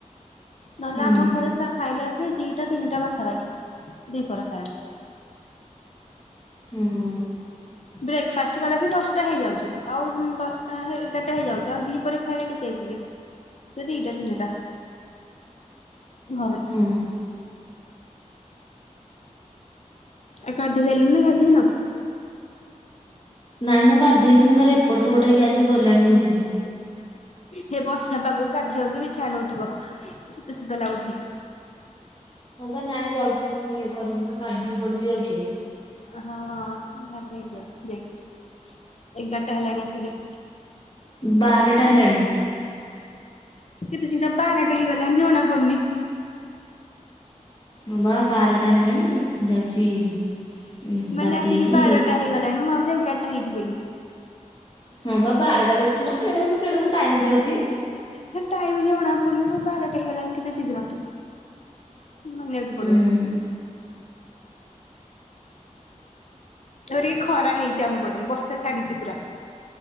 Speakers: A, on the left (about 55°); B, on the left (about 40°).
A: ନହେଲେ
B: ହୁଁ
A: ଆମ ଘରେ ସ ଖାଇଲା ଆସିକି ଦିଟା ତିନିଟା ପାଖାପାଖି ଦିପହରେ ଖାଇବା।
B: ହୁଁ
A: ବ୍ରେକଫାଷ୍ଟ କଲାସି ଦଶଟା ହେଇଯାଉଛି ଆଉ ଦଶଟା ଏଗାରଟା ହେଇଯାଉଛି ଆଉ ଦି ପରେ ଖାଇଲେ କେତେ ଆସିକି। ସେ ଦିଟା ତିନିଟା ଘରେ
B: ହଁ।
A: ଆ ଗାଧେଇ ସାଇଲୁନି ନା ଗାଧେଇନୁ?
B: ନାଇଁ ମୁଁ ଗାଧୋଇନି ମୁଁ ଖାଲି ଏପଟ ସେପଟ ହେକି ଆଜିି ଗଲାଣି ମୋ ଦିନ।
A: ହେ ବର୍ଷା ପାଗକୁ ଗାଧେଇବାକୁ ବି ଇଛା ହୋଉନଥିବ ଶୀତ ଶୀତ ଲାଗୁଛି।
B: ହଁ ବା ନାଇଁ ଯାଉଛି ମୁଁ ଇଏ କରିବି ନା ଗାଧେଇ ପଡିିବି ଯାଉଚି।
A: ହଁ ହେଇଯ ଯାଇକି ଏ ଘଣ୍ଟା ହେଲାଣି ସଗ
B: ବାରଟା ହେଲାଣି।
A: କେତେ ଶୀଘ୍ର ବାରଟା ହେଇଗଲାଣି ଜଣାପଡୁନି
B: ହଁ ବା ବାରଟା ହେଲାଣି ଯାଉଛି। ଉଁ
A: ମାନେ
B: ଗାଧେଇକି
A: ଆସିକି ବାରଟା ହେଇଗଲାଣି ମୁଁ ଭାବୁଚି ଏଗାରଟା ହେଇଛି ବୋଲି।
B: ହଁ ବା ବାରଟା ଦେଖୁନ କେଡକୁ କେଡକୁ ଟାଇମ ଯାଉଛି।
A: ହେ ଟାଇମ ଜଣା ପଡୁନି ବାରଟା ହେଇ ଗଲାଣି କେତେ ଶୀଘ୍ର ମାନିବାକୁ ପଡିବ।
B: ହୁଁ।
A: ଧର ଖରା ହେଇଛି ଆମ ପଟେ ବର୍ଷା ଛାଡିଛି ପୁରା।